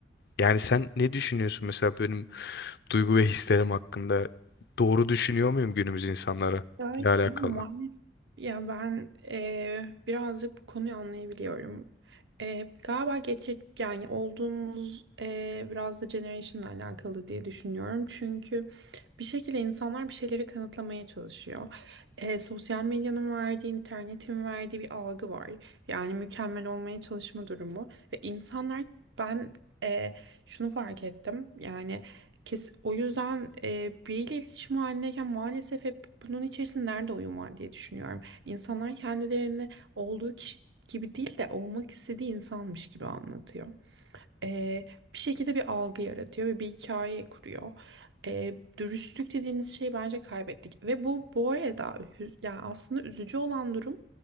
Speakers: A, on the left; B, on the right.
A: Yani sen ne düşünüyorsun mesela benim duygu ve hislerim hakkında? Doğru düşünüyor muyum günümüz insanlara
B: Öyle
A: ile alakalı?
B: maalesef. Ya ben eee, birazcık bu konuyu anlayabiliyorum. Eee, galiba getir yani olduğumuz eee, biraz da generation'la alakalı diye düşünüyorum. Çünkü bir şekilde insanlar bir şeyleri kanıtlamaya çalışıyor. Eee, sosyal medyanın verdiği, internetin verdiği bir algı var. Yani mükemmel olmaya çalışma durumu ve insanlar ben eee, şunu fark ettim. Yani Kes, o yüzden e, biriyle iletişim halindeyken maalesef hep bunun içerisinde nerede oyun var diye düşünüyorum. İnsanlar kendilerini olduğu kişi gibi değil de olmak istediği insanmış gibi anlatıyor e, bir şekilde bir algı yaratıyor ve bir hikaye kuruyor. E, dürüstlük dediğimiz şeyi bence kaybettik ve bu bu arada hü- yani aslında üzücü olan durum